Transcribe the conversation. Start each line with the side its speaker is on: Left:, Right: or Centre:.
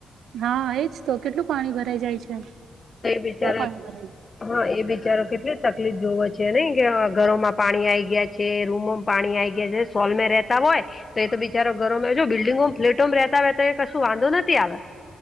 Right: હા, એજ તો કેટલું પાણી ભરાઈ જાય છે.
Left: તોય બિચારા
Right: પાણી ભરાય
Left: હા એ બિચારો કેટલી તકલીફ જોવે છે નહીં કે હ ઘરોમાં પાણી આઈ ગયાં છે રૂમોમ પાણી આઈ ગયા છે સોલમે રેતા હોય તો એ બી ચારો ઘરોમે જો બિલ્ડિંગોમ ફ્લેટોમ રહેતા હોય તોએ કશું વાંધો નથી આવે.